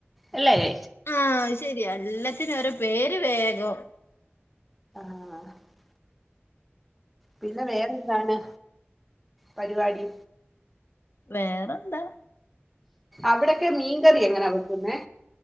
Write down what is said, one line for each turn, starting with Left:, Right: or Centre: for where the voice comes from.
Centre: അല്ലേയ്.
Left: ആഹ് ശെര്യ എല്ലത്തിനും ഓരോ പേര് വേഗം.
Centre: ആഹ് പിന്നെ വേറെന്താണ്. പരിപാടി
Left: വേറെന്താ
Centre: അവിടൊക്കെ മീൻകറി എങ്ങനാ വെക്കുന്നെ